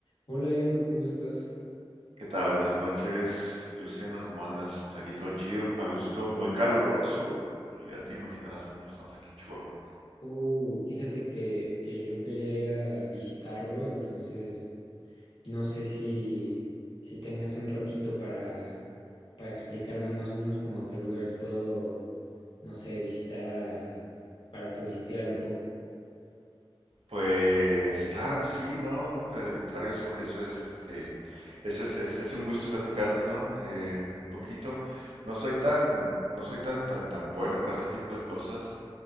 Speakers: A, on the left; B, on the right.
A: Hola Edu, ¿cómo estás?
B: ¿Qué tal? Buenas noches, Luciano. ¿Cómo andas? Aquí todo chido, a gusto, muy caluroso. ¿no? Ya te imaginarás cómo estamos aquí en Chihuahua.
A: Uh, fíjate que, que yo quería ir a visitarlo, entonces no sé si, si tengas un ratito para, para explicarme más o menos como a qué lugares puedo, no sé, visitar a- para turistear un poco.
B: Pues claro que sí, no, no, claro, al contrario, eso, eso es, este, eso es, es, es un gusto platicarte, ¿no? Eh, un poquito. No soy tan, no soy tan, tan, tan bueno para este tipo de cosas,